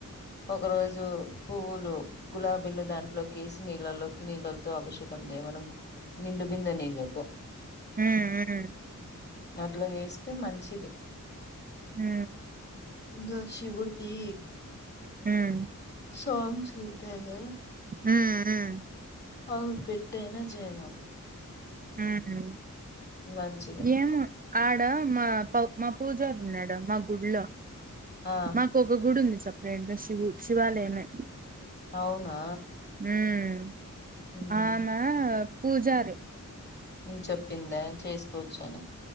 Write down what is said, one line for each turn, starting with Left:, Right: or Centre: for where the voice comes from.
Left: ఒక రోజు పువ్వులు గులాబీల దాంట్లోకేసి నీళ్ళలో నీళ్తో అభషేకం చేయమను నిండు బిందనీళ్లతో
Right: ఉమ్ ఉమ్
Left: అట్లా వేస్తే మంచిది.
Right: ఉమ్
Left: దో శివడుది
Right: ఉమ్
Left: సోంగ్స్ ఉతగా
Right: ఉమ్ ఉమ్
Left: <unintelligible> అయినా చేయన
Right: ఉమ్
Left: మంచిది
Right: ఎమ్మో ఆడ మా పూజారి ఉన్నాడా మా గుడ్లో
Left: ఆ
Right: మాకు ఒక గుడి ఉంది సప్ రెండు శివు శివాలయమే
Left: అవునా
Right: ఉమ్
Left: ఉహు
Right: అ ఆయనా పూజారీ
Left: నేను చెప్పిందా చేసుకోచ్చాను